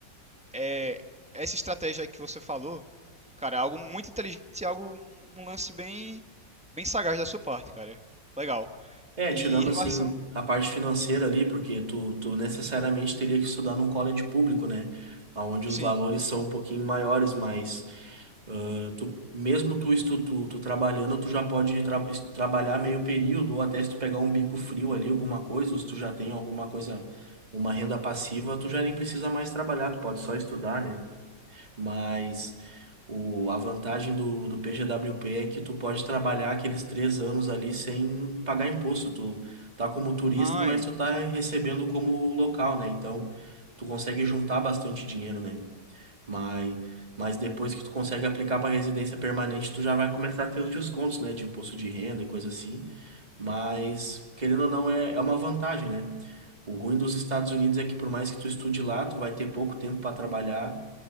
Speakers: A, in the centre; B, on the right.
A: é, essa estratégia aí que você falou, cara, é algo muito inteligente e algo, um um lance bem, bem sagaz da sua parte, cara. Legal.
B: É,
A: E
B: tirando
A: em
B: assim
A: relação.
B: a parte financeira ali, porque tu, tu necessariamente teria que estudar num college público, né? Onde
A: Sim.
B: os valores são um pouquinho maiores, mas ah, tu, mesmo tu, estu, tu, tu trabalhando, tu já pode tra es- trabalhar meio período, ou até se tu pegar um bico frio ali, alguma coisa, ou se tu já tem alguma coisa, uma renda passiva, tu já nem precisa mais trabalhar, tu pode só estudar, né? Mas o, a vantagem do, do PGWP é que tu pode trabalhar aqueles três anos ali sem pagar imposto. Tu tá como turista,
A: Ai.
B: mas tu tá recebendo como local, né? Então tu consegue juntar bastante dinheiro, né? Mas, mas depois que tu consegue aplicar para residência permanente, tu já vai começar a ter os descontos, né? De imposto de renda e coisa assim. Mas, querendo ou não, é, é uma vantagem, né? O ruim dos Estados Unidos é que por mais que tu estude lá, tu vai ter pouco tempo para trabalhar